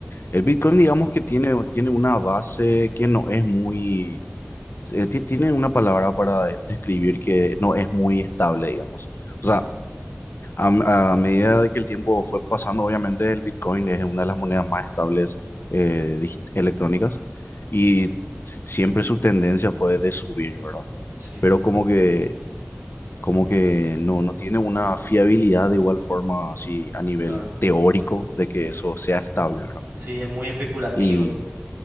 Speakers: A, on the left; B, on the right.
A: el Bitcoin digamos que tiene, tiene una base que no es muy, eh, ti- tiene una palabra para describir que no es muy estable, digamos. O
B: Sí,
A: sea, a, a medida de que el tiempo fue pasando, obviamente el Bitcoin es una de las monedas más estables eh, digi- electrónicas y si- siempre su tendencia fue de subir, ¿verdad?
B: sí,
A: Pero como que como que no, no tiene una fiabilidad de igual forma así a nivel
B: claro.
A: teórico de que eso sea estable, ¿verdad?
B: Sí, es muy especulativo,
A: Y